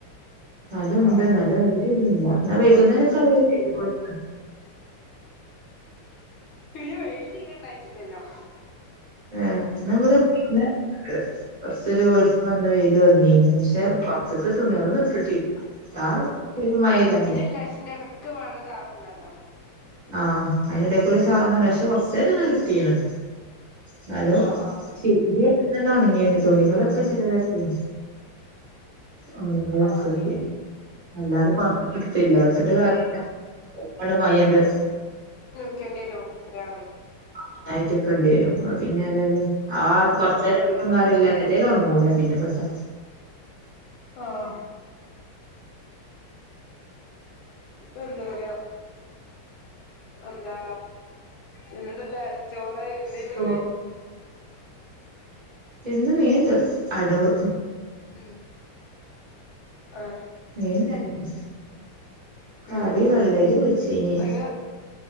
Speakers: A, on the right; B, on the left.
A: ന്നാലും ഉണ്ട്
B: ആഹ്
A: നല്ല വലിയ ഇതില്ല എന്നാ വൈക്കുന്നേരൊക്കെ അവര് ഇതുപലെ
B: ഈ വെയില് തീരെ ഉണ്ടായിട്ടില്ലല്ലോ?
A: ഉം എന്നാ നമ്മുക്ക് പിന്നെ കുറച്ചൊരു വെളിച്ചം വന്ന വെയില് വന്നീന് പക്ഷെ അതൊക്കെ തുണികളും ഇട്ടിട്ടില്ല ഇട്ടാൽ മഴ പെയ്താൽ
B: ഇല്ലശിന്റെ ഇടയ് ക്ക് മഴ ചാറുണ്ടല്ലോ?
A: ആഹ് അതിന്റെ ഇടേക്കൂടി ചാറുന്നുണ്ട് പക്ഷെ കൊറചേരം ഒന്ന് കിട്ടിനു. എന്നാലോ
B: ആഹ് ആഹ്
A: ചീ നല്ല ഉണങ്ങിണ് തുണികളൊക്കെ ചിലതൊക്കെ ഉണങ്ങിയതൊക്കെ
B: ആഹ്
A: കിട്ടി അല്ലാതെ പ എടുത്തില്ല എടുത്തിട്ട് കാര്യം ഇല്ല. ഇവിടെ മഴയണ്ട്
B: ണ്ടി വരുവോ ഒരാള്?
A: അയിനായിറ്റ്ക്കണ്ടിരു പിന്നെ ആരാ ഇത് ആ ചേരകിട്ടും കാര്യം ഇല്ല ഏതാലും ഒണങ്ങുല പിന്നെപ്പത്തി?
B: ആഹ് എന്താ പറയ എന്താ ചെന്നല്ലേ ചോറ് എന്തേന്
A: ചോറ്
B: ഇന്ന്?
A: ഇന്ന് മീൻ ഉണ്ട് അടവ്
B: ഉം ആഹ്
A: മീൻ ഇല്ലായിരുന്നു കറി
B: ഉം
A: വെള്ളരി വെച്ചീന്
B: അയ്യ